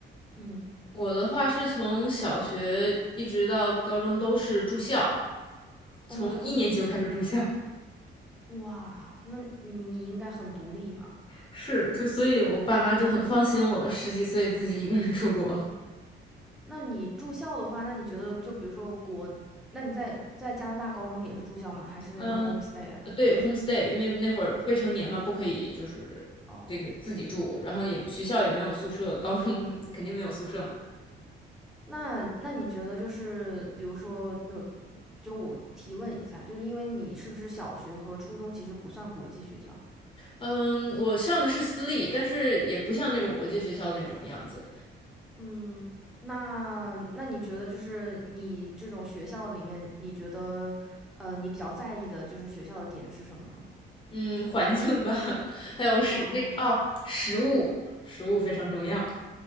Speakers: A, in the centre; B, on the left.
A: 嗯，
B: 我的话是从小学一直到高中都是住校，
A: 哦，
B: 从一年级就开始住校。
A: 哇，那你应该很独立吧？
B: 是，这所以我爸妈就很放心我十几岁自己一个人出国。
A: 那你住校的话，那你觉得就比如说国，那你在在加拿大高中也是住校吗？还是那种
B: 嗯，
A: homestay 啊？
B: 呃对，homestay，因为那会儿未成年嘛，不可以就是这个自己住，
A: 哦，
B: 然后也学校也没有宿舍，高中肯定没有宿舍嘛。
A: 那那你觉得就是比如说，就我提问一下，就是因为你是不是小学和初中其实不算国际学校？
B: 嗯，我上的是私立，但是也不像那种国际学校那种样子。
A: 嗯，嗯，那那你觉得就是你这种学校里面，你觉得呃你比较在意的就是学校的点是什么呢？
B: 嗯，环境吧，<laughs> 还有是那个哦，
A: 啊、
B: 食物，食物非常重要。